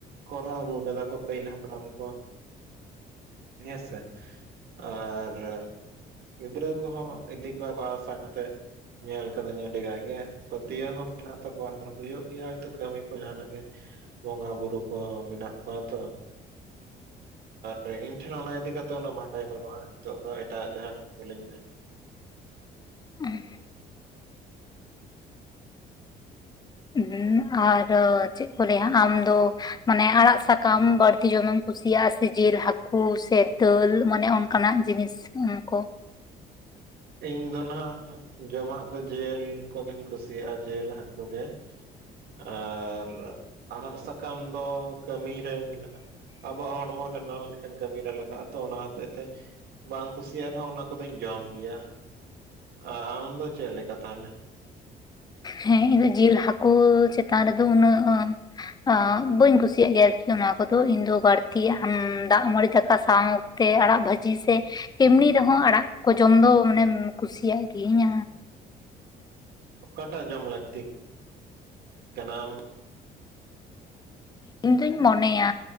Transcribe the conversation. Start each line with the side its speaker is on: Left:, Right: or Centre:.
Right: ᱠᱚᱨᱟᱣ ᱟᱹᱜᱩ ᱠᱟᱫᱟ ᱠᱚ ᱯᱟᱹᱦᱤᱞ ᱦᱟᱯᱲᱟᱢ ᱠᱚ᱾ ᱦᱮ ᱥᱮ ᱟᱨ ᱜᱤᱫᱽᱨᱟᱹ ᱠᱚᱦᱚᱸ ᱤᱫᱤ ᱠᱚᱣᱟ ᱠᱚ ᱟᱥᱟ ᱠᱟᱛᱮ ᱧᱮᱞ ᱠᱟᱹᱫᱟᱹᱧ ᱟᱹᱰᱤ ᱜᱟᱭ ᱜᱮ᱾ ᱯᱟᱹᱛᱭᱟᱹᱣ ᱦᱚᱸ ᱢᱮᱱᱟᱜ ᱛᱟᱠᱚᱣᱟ᱾ <inaudible> ᱦᱩᱭᱩᱜ ᱜᱮᱭᱟ ᱦᱚᱭᱛᱳ ᱠᱟᱹᱢᱤ ᱠᱚ ᱡᱟᱦᱟᱱᱟᱜ ᱜᱮ᱾ ᱵᱚᱸᱜᱟ ᱵᱩᱨᱩ ᱠᱚ ᱢᱮᱱᱟᱜ ᱠᱚᱣᱟ ᱛᱚ᱾ ᱟᱨ ᱤᱧ ᱴᱷᱮᱱ ᱚᱱᱟ ᱤᱫᱤ ᱠᱟᱛᱮ ᱩᱱᱟᱹᱜ ᱵᱷᱟᱰᱟᱭ ᱵᱟᱹᱱᱩᱜᱼᱟ᱾ ᱱᱤᱛᱚᱜ ᱫᱚ ᱮᱴᱟᱜ ᱡᱟᱦᱟᱱ ᱠᱩᱞᱤᱧ ᱢᱮ?
Left: <inaudible> ᱦᱩᱸ ᱟᱨ ᱪᱮᱫᱠᱚ ᱞᱟᱹᱭᱟ᱾ ᱟᱢ ᱫᱚ ᱢᱟᱱᱮ ᱟᱲᱟᱜ ᱥᱟᱠᱟᱢ ᱵᱟᱹᱲᱛᱤ ᱡᱚᱢᱮᱢ ᱠᱩᱥᱤᱭᱟᱜᱼᱟ ᱥᱮ ᱡᱤᱞ, ᱦᱟᱹᱠᱩ, ᱥᱮ ᱫᱟᱹᱞ, ᱢᱟᱱᱮ ᱚᱱᱠᱟᱱᱟᱜ ᱡᱤᱱᱤᱥ ᱩᱱ ᱠᱚ?
Right: ᱤᱧ ᱫᱚ ᱱᱟᱦᱟᱜ ᱡᱚᱢᱟᱜ ᱫᱚ ᱡᱤᱞ ᱠᱚᱜᱤᱧ ᱠᱩᱥᱤᱭᱟᱜᱼᱟ ᱡᱮᱞ ᱦᱟᱹᱠᱩ ᱜᱮ᱾ ᱟᱨ ᱟᱲᱟᱜ ᱥᱟᱠᱟᱢ ᱫᱚ ᱠᱟᱹᱢᱤ ᱨᱮ ᱢᱮᱱᱟᱜ-ᱟ ᱟᱵᱚᱣᱟᱜ ᱦᱚᱲᱢᱚ ᱨᱮ ᱱᱟ ᱞᱮᱠᱟᱱ ᱠᱟᱹᱢᱤᱨᱮ ᱞᱟᱜᱟᱜᱼᱟ ᱛᱚ᱾ ᱚᱱᱟ ᱦᱚᱛᱮᱡ ᱛᱮ ᱵᱟᱝ ᱠᱩᱥᱤᱭᱟᱜ ᱨᱮᱦᱚᱸ ᱚᱱᱟ ᱠᱚᱫᱚᱧ ᱡᱚᱢ ᱜᱮᱭᱟ᱾ ᱟᱢ ᱫᱚ ᱪᱮᱫ ᱞᱮᱠᱟ ᱛᱟᱦᱚᱞᱮ?
Left: ᱦᱮᱸ ᱤᱧᱫᱚ ᱡᱤᱞ ᱦᱟᱹᱠᱳ, ᱪᱮᱛᱟᱱ ᱨᱮᱫᱚ ᱩᱱᱟᱹᱜ ᱟᱸ ᱵᱟᱹᱧ ᱠᱩᱥᱤᱭᱟᱜ ᱜᱮᱭᱟ ᱟᱨᱠᱤ ᱚᱱᱟ ᱠᱚᱫᱚ, ᱤᱧ ᱫᱚ ᱵᱟᱹᱲᱛᱤ ᱟᱸ ᱫᱟᱜ ᱢᱟᱹᱲᱤ ᱫᱟᱠᱟ ᱥᱟᱶ ᱛᱮ ᱟᱲᱟᱜ ᱵᱷᱟᱹᱡᱤ ᱥᱮ ᱮᱢᱱᱤ ᱨᱮᱦᱚᱸ ᱟᱲᱟᱜ ᱠᱚ ᱡᱚᱢ ᱫᱚ, ᱢᱟᱱᱮᱢ ᱠᱩᱥᱤᱭᱟᱜ ᱜᱤᱭᱟᱹᱧ᱾
Right: ᱚᱠᱟᱴᱟᱜ ᱡᱚᱢ ᱞᱟᱹᱠᱛᱤ? ᱠᱟᱱᱟᱢ। <inaudible> <inaudible>
Left: ᱤᱧ ᱢᱚᱱᱮᱭᱟᱻ